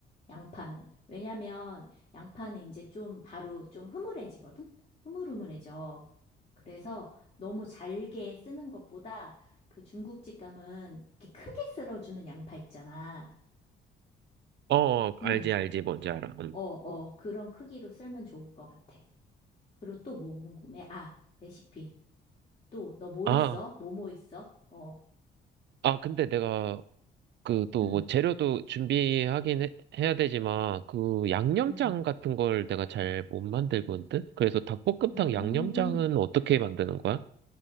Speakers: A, on the left; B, on the right.
A: 양파는. 왜냐면 양파는 이제 좀 바로 좀 흐물해지거든? 흐물흐물해져. 그래서 너무 잘게 쓰는 것보다 그 중국집 감은 이렇게 크게 썰어주는 양파 있잖아.
B: 어, 알지,
A: 응,
B: 알지, 뭔지 알아. 음.
A: 어, 어, 그런 크기로 썰면 좋을 것 같아. 그리고 또 뭐 궁금해? 아, 레시피. 또, 너 뭐
B: 아,
A: 있어? 뭐뭐 있어? 어,
B: 아, 근데 내가 그 또
A: 응,
B: 뭐 재료도 준비하긴 해, 해야 되지만 그 양념장
A: 응,
B: 같은 걸 내가 잘 못 만들거든? 그래서 닭볶음탕
A: 음.
B: 양념장은 어떻게 만드는 거야?